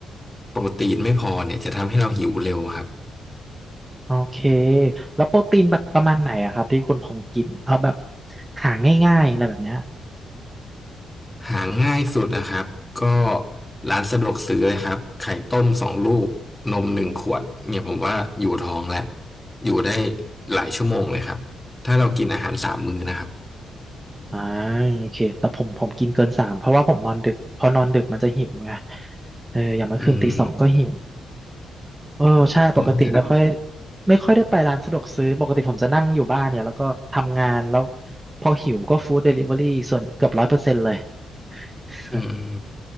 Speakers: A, on the left; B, on the right.
A: โปรตีนไม่พอเนี่ยจะทำให้เราหิวเร็วครับ
B: โอเคแล้วโปรตีนแบบประมาณไหนอะครับที่คุณพงษ์กินเอาแบบหาง่ายๆอะไรแบบเนี้ย
A: หาง่ายสุดนะครับก็ร้านสะดวกซื้อเลยครับไข่ต้มสองลูกนมหนึ่งขวดเนี่ยผมว่าอยู่ท้องแล้วอยู่ได้หลายชั่วโมงเลยครับถ้าเรากินอาหารสามมื้อนะครับ
B: อ่าโอเคแต่ผมผมกินเกินสามเพราะว่าผมนอนดึกพอนอนดึกมันจะหิวไงเอออย่างเมื่อคืนตีสองก็หิว
A: อืม
B: เออใช่ปกติไม่ค่อย
A: ผม
B: ไม่ค่อยได้ไปร้านสะดวกซื้อปกติผมจะนั่งอยู่บ้านเนี่ยแล้วก็ทำงานแล้วพอหิวก็ฟู้ดเดลิเวอรี่ส่วนเกือบร้อยเปอร์เซ็นต์เลย <laughs>
A: อืม